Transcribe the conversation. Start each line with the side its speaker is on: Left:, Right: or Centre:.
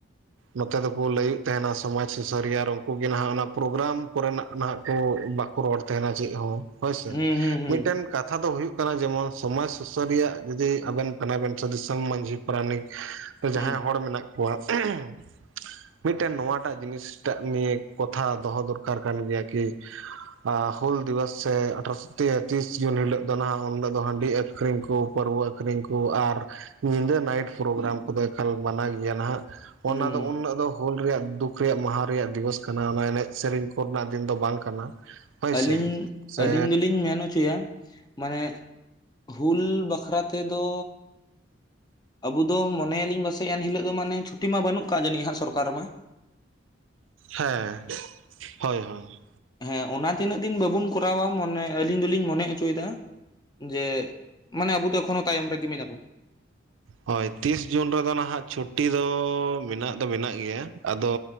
Right: ᱱᱚᱛᱮ ᱫᱚ ᱠᱚ ᱞᱟᱹᱭᱮᱫ ᱛᱟᱦᱮᱱ-ᱟ ᱥᱚᱢᱟᱡᱽ ᱥᱩᱥᱟᱹᱨᱤᱭᱟᱹ ᱟᱨ ᱩᱱᱠᱩ ᱜᱮ ᱱᱟᱦᱟᱜ ᱚᱱᱟ ᱯᱨᱳᱜᱨᱟᱢ ᱠᱚᱨᱮ ᱱᱟᱜ ᱱᱟᱦᱟᱜ ᱠᱚ ᱵᱟᱠᱚ ᱨᱚᱲ ᱛᱟᱦᱮᱱ-ᱟ ᱪᱮᱫ ᱦᱚᱸ ᱦᱳᱭᱥᱮ
Left: ᱦᱩᱸ ᱦᱩᱸ ᱦᱩᱸ
Right: ᱢᱤᱫᱴᱮᱱ ᱠᱟᱛᱷᱟ ᱫᱚ ᱦᱩᱭᱩᱜ ᱠᱟᱱᱟ ᱡᱮᱢᱚᱱ ᱥᱚᱢᱟᱡᱽ ᱥᱩᱥᱟᱹ ᱨᱮᱭᱟᱜ ᱡᱩᱫᱤ ᱟᱵᱮᱱ ᱠᱟᱱᱟ ᱵᱮᱱᱥᱮ ᱫᱤᱥᱚᱢ ᱢᱟᱺᱡᱷᱤ ᱯᱟᱨᱟᱱᱤᱠ ᱦᱳᱭ ᱡᱟᱦᱟᱸᱭ
Left: ᱦᱩᱸ
Right: ᱦᱚᱲ ᱢᱮᱱᱟᱜ ᱠᱚᱣᱟ ᱮᱸ ᱦᱮᱸ ᱢᱤᱫᱴᱮᱱ ᱱᱚᱣᱟ ᱴᱟᱜ ᱡᱤᱱᱤᱥ ᱴᱟᱜ ᱱᱤᱭᱮ ᱠᱟᱛᱷᱟ ᱫᱚᱦᱚ ᱫᱚᱨᱠᱟᱨ ᱠᱟᱱ ᱜᱮᱭᱟ ᱠᱤ ᱟ ᱦᱩᱞ ᱫᱤᱵᱚᱥ ᱥᱮ ᱟᱴᱷᱟᱥ ᱛᱮ ᱛᱤᱥ ᱡᱩᱱ ᱦᱤᱞᱳᱜ ᱫᱚ ᱱᱟᱦᱟᱜ ᱩᱱᱦᱤᱞᱳᱜ ᱫᱚ ᱦᱟᱺᱰᱤ ᱟᱹᱠᱷᱨᱤᱧ ᱠᱚ ᱯᱟᱹᱨᱣᱟᱹ ᱟᱹᱠᱷᱨᱤᱧ ᱠᱚ ᱟᱨ ᱧᱤᱫᱟᱹ ᱱᱟᱭᱤᱴ ᱯᱨᱳᱜᱨᱟᱢ ᱠᱚ ᱫᱚ ᱮᱠᱟᱞ ᱢᱟᱱᱟ ᱜᱮᱭᱟ ᱱᱟᱦᱟᱜ᱾ ᱚᱱᱟ
Left: ᱦᱩᱸ
Right: ᱫᱚ ᱩᱱ ᱦᱤᱞᱳᱜ ᱫᱚ ᱦᱩᱞ ᱨᱮᱭᱟᱜ ᱫᱩᱠ ᱨᱮᱭᱟᱜ ᱢᱟᱦᱟ ᱨᱮᱭᱟᱜ ᱫᱤᱵᱚᱥ ᱠᱟᱱᱟ᱾ ᱚᱱᱟ ᱮᱱᱮᱡ ᱥᱮᱨᱮᱧ ᱠᱩᱜ ᱠᱷᱚᱨᱱᱟᱜ ᱫᱤᱱ ᱫᱚ ᱵᱟᱝ ᱠᱟᱱᱟ᱾ ᱦᱳᱭ ᱥᱮ
Left: ᱟᱹᱞᱤᱧ
Right: ᱥᱮ
Left: ᱟᱹᱞᱤᱧ ᱫᱚ ᱞᱤᱧ ᱢᱮᱱ ᱚᱪᱚᱭᱟ᱾ ᱢᱟᱱᱮ ᱦᱩᱞ ᱵᱟᱠᱷᱨᱟ ᱛᱮ ᱫᱚ ᱟᱵᱩ ᱫᱚ ᱢᱚᱱᱮᱭᱟ ᱞᱤᱧ ᱯᱟᱥᱮᱡ ᱮᱱ ᱦᱤᱞᱳᱜ ᱫᱚ ᱢᱟᱱᱮ ᱪᱷᱩᱴᱤ ᱢᱟ ᱵᱟᱹᱱᱩᱜ ᱟᱠᱟᱜ ᱡᱟᱹᱱᱤᱡ ᱦᱟᱸᱜ ᱥᱚᱨᱠᱟᱨ ᱨᱮ ᱢᱟ
Right: ᱦᱮᱸ ᱦᱳᱭ ᱦᱳᱭ
Left: ᱦᱮᱸ ᱚᱱᱟ ᱛᱤᱱᱟᱹᱜ ᱫᱤᱱ ᱵᱟᱵᱩᱱ ᱠᱚᱨᱟᱣᱟ ᱢᱚᱱᱮ ᱟᱹᱞᱤᱧ ᱫᱚ ᱞᱤᱧ ᱢᱚᱱᱮ ᱚᱪᱩᱭ ᱮᱫᱟ᱾ ᱡᱮ ᱢᱟᱱᱮ ᱟᱵᱩ ᱫᱚ ᱮᱠᱷᱚᱱᱳ ᱛᱟᱭᱚᱢ ᱨᱮ ᱜᱤ ᱢᱮᱱᱟᱜ ᱵᱩᱱᱟ᱾
Right: ᱦ <inaudible> ᱦᱳᱭ ᱛᱤᱥ ᱡᱩᱱ ᱨᱮ ᱫᱚ ᱱᱟᱦᱟᱜ ᱪᱷᱩᱴᱴᱤ ᱫᱚ ᱢᱮᱱᱟᱜ ᱫᱚ ᱢᱮᱱᱟᱜ ᱜᱮᱭᱟ᱾ ᱟᱫᱚ